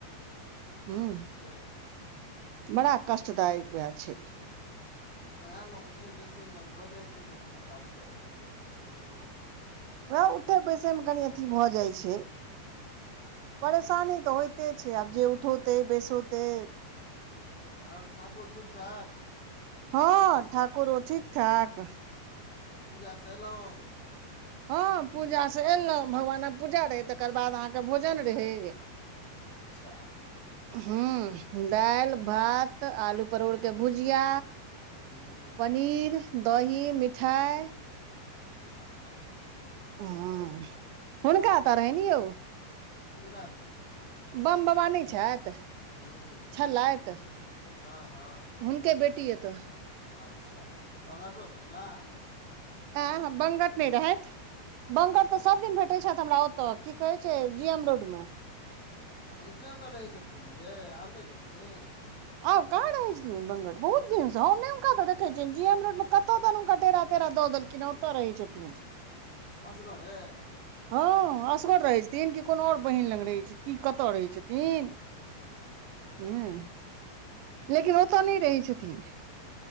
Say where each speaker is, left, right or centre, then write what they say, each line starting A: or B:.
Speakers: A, in the centre; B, on the right.
A: तऽ
B: हूम्म,
A: सएह छै
B: बड़ा कष्टदायक वैह छै।
A: वैहैऽ में उठै बैसै मे भऽ जाइ छै कखनो कालके जे नसीब रहै छै।
B: वैह उठय बैसय मे कनि अथी भऽ जाइ छै। परेशानी तऽ होइते छै, आब जे उठौतै बैसोतै
A: हँ, और ठाकुर ठीक ठाक?
B: हँ, ठाकुरो ठीक ठाक।
A: पूजा स एलौं?
B: हँ पूजासँ एयलौं, भगवानक पूजा रहै, तकर बाद अहाँके भोजन रहै।
A: अच्छा।
B: हूँम्म, दैल, भात, आलूक परोर के भुजिया,
A: हूँ
B: पनीर, दही, मिठाइ
A: हे बा
B: हूँम्म, हुनका ओतऽ रहैन यौ
A: किनका तऽ
B: बमबवा नैय छैथ
A: हूँ
B: छेलैत?
A: हँ हँ
B: हुनके बेटी ओतऽ
A: अच्छा, बगटो भेटलाह?
B: ऐं? बंगत नैय रहैथ। बंगट
A: अच्छा
B: तऽ सब दिन भेटै छैथि, हमरा ओतऽ की कहै छै? जी एम रोड में।
A: तऽ हुनके ओतऽ रहै छेलखिन ने यै? आब नैय रहै छथिन?
B: आब काहाँ रहै छथिन बंगट बहुत दिन स, हम नै हुनका देखै छियैन, जी एम रोड मे कतऽ दैन हुनकर डेरा-तेरा दऽ देलकै किना ओतऽ रहै छथिन।
A: असगऽरे?
B: हँ असगर रहै छथिन, कि कोनो और बहिन लंग रहै छै, की कताऽ रहै छथिन? ह
A: अच्छा।
B: लेकिन ओतऽ नैय रहै छथिन।